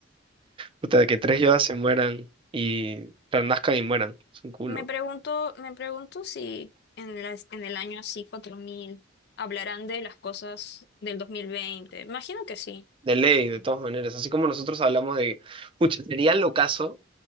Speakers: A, on the right; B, on the left.
A: puta, de que tres yodas se mueran y... Pero nazcan y mueran. Es un culo.
B: Me pregunto, me pregunto si en las- en el año así, 4000 hablarán de las cosas del dos mil veinte Imagino que sí.
A: De ley, de todas maneras. Así como nosotros hablamos de... Pucha, sería lo caso